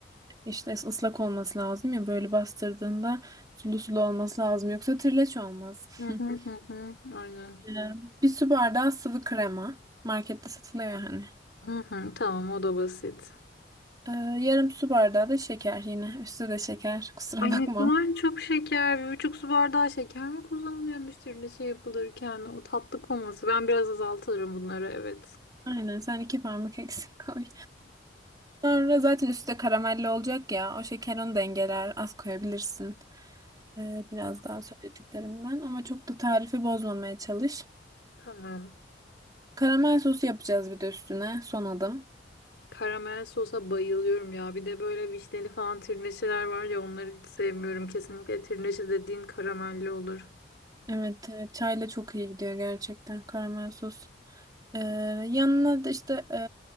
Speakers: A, on the right (about 20°); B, on the left (about 65°).
A: İşte ıslak olması lazım ya böyle bastırdığında sulu sulu olması lazım yoksa trileç olmaz.
B: Hı hı
A: <laughs>
B: hı hı. Aynen.
A: Ee, Bir su bardağı sıvı krema. Markette satılıyor hani.
B: Hı hı, tamam o da basit.
A: Ee, yarım su bardağı da şeker yine. Üstü de şeker. <laughs> Kusura
B: Ay
A: bakma.
B: ne kadar çok şeker. Bir buçuk su bardağı şeker mi kullanılıyormuş türlü şey yapılırken? O tatlı koması. Ben biraz azaltırım bunları evet.
A: Aynen sen iki parmak eksik koy. Sonra zaten üstü de karamelli olacak ya. O şeker onu dengeler. Az koyabilirsin. Ee, biraz
B: Tamam.
A: daha söylediklerimden. Ama çok da tarifi bozmamaya çalış.
B: Tamam.
A: Karamel sosu yapacağız bir de üstüne. Son adım.
B: Karamel sosa bayılıyorum ya. Bir de böyle vişneli falan tirneşeler var ya onları hiç sevmiyorum. Kesinlikle tirneşe dediğin karamelli olur.
A: Evet, evet, çayla çok iyi gidiyor gerçekten karamel sos. Ee, yanına da işte e,